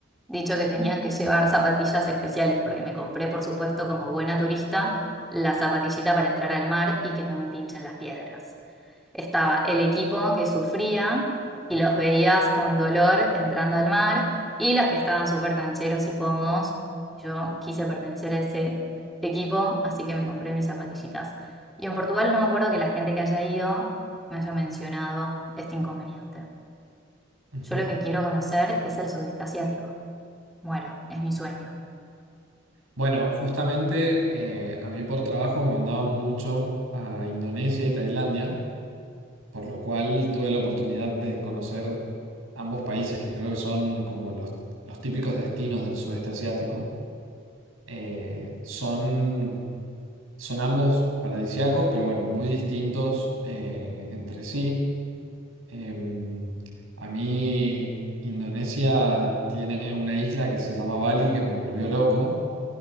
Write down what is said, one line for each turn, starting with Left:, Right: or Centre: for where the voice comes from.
Centre: dicho que tenían que llevar zapatillas especiales, porque me compré, por supuesto, como buena turista, la zapatillita para entrar al mar y que no me pinchen las piedras. estaba el equipo que sufría y los veías con dolor entrando al mar y los que estaban súper cancheros y cómodos. Yo quise pertenecer a ese equipo, así que me compré mis zapatillitas. Y en Portugal no me acuerdo que la gente que haya ido me haya mencionado este inconveniente.
Right: Ujú.
Centre: Yo lo que quiero conocer es el sudeste asiático. Muero, es mi sueño.
Right: Bueno, justamente eh, a mí por trabajo me mandaban mucho a Indonesia y Tailandia. Por lo cual tuve la oportunidad de conocer ambos países, que creo que son como los, los típicos destinos del sudeste asiático. Eh, son, son ambos paradisíacos, pero bueno, muy distintos eh, entre sí. Em, a mí Indonesia tiene una isla que se llama Bali, que me volvió loco.